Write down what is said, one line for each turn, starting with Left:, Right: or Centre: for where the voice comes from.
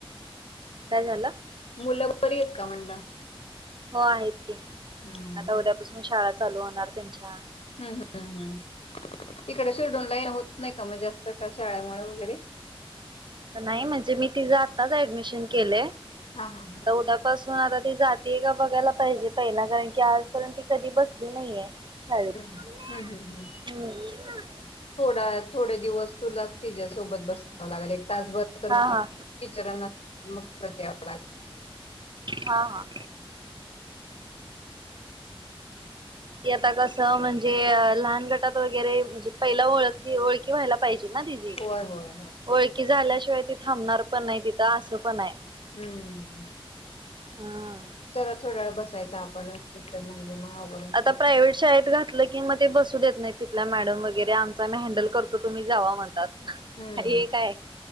Right: काय झालं
Left: मुलं बरी आहेत का म्हणलं
Right: हो आहेत की
Left: हा
Right: आता उद्यापासून शाळा चालू होणार त्यांच्या
Left: हम्म हम्मम् इकडेशीर दोन लाईन होत नाही का मग जास्त कश आळमळ वगैरे
Right: नाही म्हणजे मी तिझं आत्ताच ऍडमिशन केलंय
Left: हा हा
Right: आता
Left: ह
Right: उद्यापासून आता ती जातीय का बघायला पाहिजे पहिला कारण की आजपर्यंत ती कधी बसली नाहीये शाळेत
Left: हम्म हम्म
Right: मम्मी
Left: हम्म हम्म.
Right: हम्म
Left: थोडा थोडे दिवस तुला तिच्या सोबत बसव लागेल एक तासभर
Right: हा
Left: <unintelligible>
Right: हा
Left: टीचरांना मग ते आपल ऐकता
Right: हा हा ती आता कसं म्हणजेअ लहान गटात वगैरे म्हणजे पहिला ओळख ओळखी व्हायला पाहिजे ना तिची
Left: होय होय
Right: ओळखी झाल्याशिवाय ती थांबणार पण नाही तिथं असं पण आहे
Left: हम्म
Right: हम्म
Left: चला थोड्या वेळ बसायं आपण अस तर म्हण मग अवघडच
Right: आता
Left: नाही
Right: प्रायव्हेट शाळेत घातलं कि मग ते बसू देत नाही तिथला मॅडम वगैरे आमचा मी हँडल करतो तुम्ही जावा म्हणतात
Left: हम्म
Right: हे काय